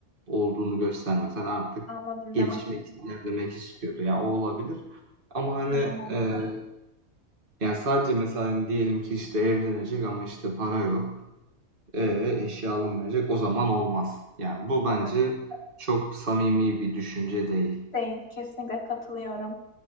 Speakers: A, on the right; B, on the left.
A: olduğunu göstermesen artık
B: Anladım
A: gelişmek,
B: demek.
A: ilerlemek istiyordu. Ya o olabilir. Ama hani
B: Aynen.
A: eee, yani sadece mesela diyelim ki işte evlenecek ama işte para yok. Ee, eşya alınmayacak. O zaman olmaz. Yani bu bence
B: Evet.
A: çok samimi bir düşünce değil.
B: değil, kesinlikle katılıyorum.